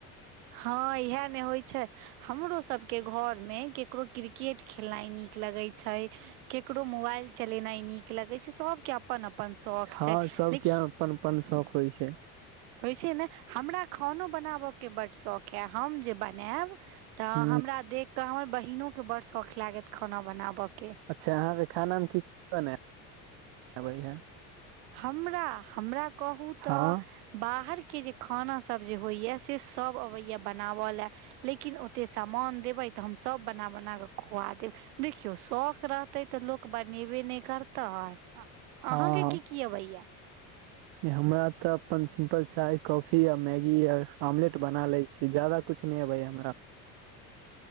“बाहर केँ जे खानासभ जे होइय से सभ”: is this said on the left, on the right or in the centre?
Right